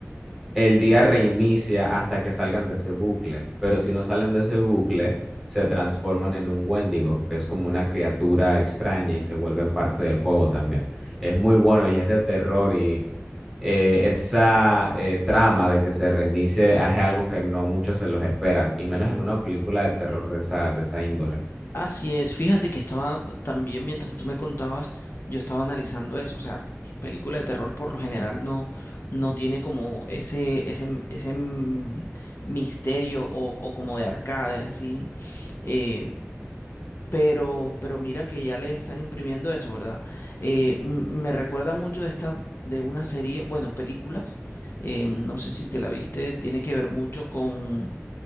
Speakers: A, in the centre; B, on the left.
A: el día reinicia hasta que salgan de ese bucle, pero si no salen de ese bucle, se transforman en un Wendigo, que es como una criatura extraña y se vuelven parte del juego también. Es muy bueno y es de terror y eh, esa eh, trama de que se reinicie es algo que no muchos se los esperan, y menos en una película de terror de esa, de esa índole.
B: Así es. Fíjate que estaba t- también mientras tú me contabas, yo estaba analizando eso. O sea, pues, película de terror por lo general no, no tiene como ese, ese, m- ese mm, misterio o, o como de arcade, así. Eh, Pero, pero mira que ya le están imprimiendo eso, ¿verdad? Eh, m- me recuerda mucho de esta, de una serie, bueno, películas, eh, no sé si te la viste, tiene que ver mucho con,